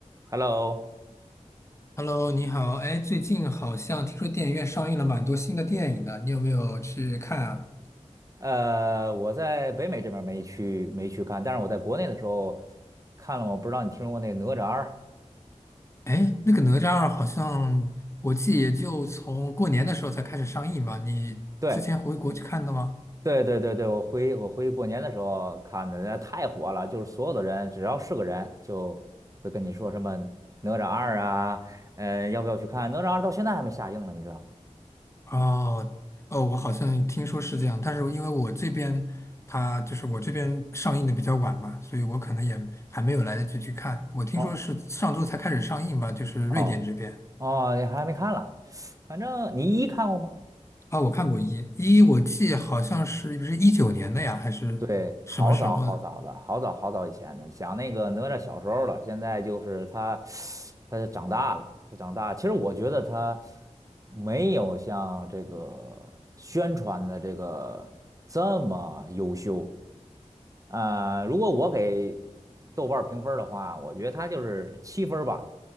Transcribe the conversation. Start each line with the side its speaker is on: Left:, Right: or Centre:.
Right: Hello，
Left: Hello，你好。哎，最近好像听说电影院上映了蛮多新的电影的，你有没有去看啊？
Right: 呃，我在北美这边儿没去没去看，但是我在国内的时候看了，我不知道你听说过那个哪吒二？
Left: 哎，那个哪吒二好像我记也就从过年的时候才开始上映吧？你之前回国去看的吗？
Right: 对对对对对，我回我回去过年的时候看的，那太火了，就是所有的人只要是个人就会跟你说什么哪吒二啊，呃，要不要去看？哪吒二到现在还没下映了，你知道吗？
Left: 哦，哦，我好像听说是这样，但是因为我这边它就是我这边上映的比较晚嘛，所以我可能也还没有来得及去看。我听说是上周才开始上映吧，
Right: 哦
Left: 就是瑞典这边。
Right: 哦哦，你还没看了，反正你一看过吗？
Left: 啊，我看过一一，我记好像是是一九年的呀，还是什么时候的？
Right: 对，好早好早的，好早好早以前的，想那个哪吒小时候了，现在就是他，<sucks teeth> 他长大了，他长大。其实我觉得他没有像这个宣传的这个这么优秀。呃，如果我给豆瓣儿评分儿的话，我觉得他就是七分儿吧，